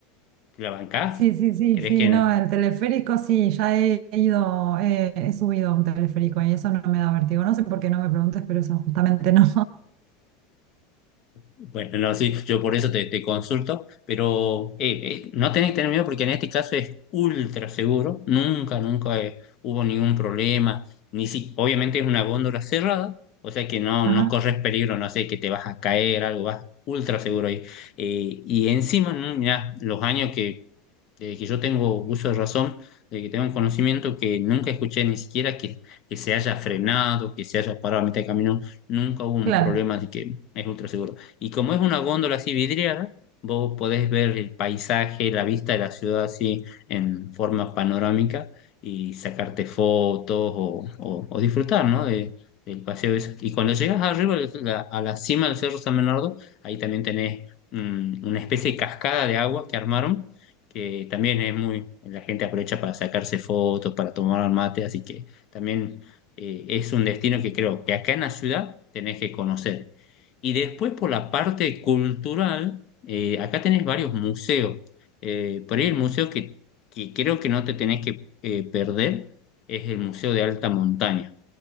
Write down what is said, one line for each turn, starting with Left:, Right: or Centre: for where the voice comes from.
Left: te la bancás.
Right: sí, sí, sí,
Left: ¿Crees
Right: sí,
Left: que,
Right: no,
Left: no?
Right: el teleférico sí, ya he ido, he, he subido a un teleférico y eso no me da vértigo. No sé por qué no me preguntes, pero eso justamente no.
Left: Bueno, no, sí, yo por eso te, te consulto, pero eh, eh, no tenés que tener miedo porque en este caso es ultra seguro, nunca, nunca eh, hubo ningún problema, ni si, obviamente es una góndola cerrada, o sea que no,
Right: <laughs> Ajá,
Left: no corres peligro, no sé, que te vas a caer, algo, vas ultra seguro ahí. Eh, y encima, mm, mirá, los años que de que yo tengo uso de razón, de que tengo un conocimiento que nunca escuché ni siquiera que, que se haya frenado, que se haya parado a mitad de camino, nunca hubo un
Right: claro,
Left: problema de que es ultra seguro. Y como es una góndola así vidriada, vos podés ver el paisaje, la vista de la ciudad así en forma panorámica y sacarte fotos o, o- o disfrutar, ¿no? de- del paseo ese. Y cuando llegas arriba, la- a la cima del Cerro San Bernardo, ahí también tenés mm, una especie de cascada de agua que armaron que también es muy, la gente aprovecha para sacarse fotos, para tomar mate, así que también eh, es un destino que creo que acá en la ciudad tenés que conocer. Y después por la parte cultural, eh, acá tenés varios museos. Eh, por ahí el museo que, que creo que no te tenés que eh, perder es el Museo de Alta Montaña.